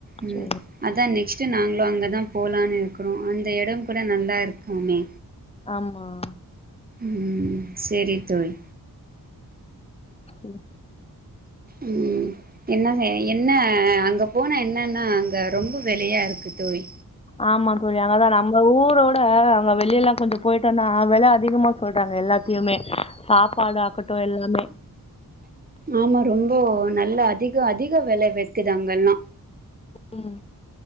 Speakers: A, on the right (about 25°); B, on the left (about 15°).
A: ம்
B: சரி.
A: அதான் நெக்ஸ்ட் ட்டு நாங்களும் அங்கதா போலாம்னு இருக்கறோ அந்த இட கூட நல்லா இருக்காமே
B: ஆமா.
A: ம் செரி தோழி
B: ம்
A: ம் என்ன என்ன அங்க போனா என்னன்னா அங்க ரொம்ப வெலையா இருக்கு க்கு தோழி
B: ஆமா தோழி அங்கதா நம்ம ஊரோட அவங்க வெளிய எல்லாம் கொஞ்சம் போயிட்டோம்னா வெல அதிகமா சொல்றாங்க எல்லாத்துக் எப்பயுமே சாப்பாடு ஆக்கட்டும் எல்லாமே
A: ஆமா ரொம்ப நல்ல அதிக அதிக வெல வைக்குதுா அங்கல்லா
B: ம்.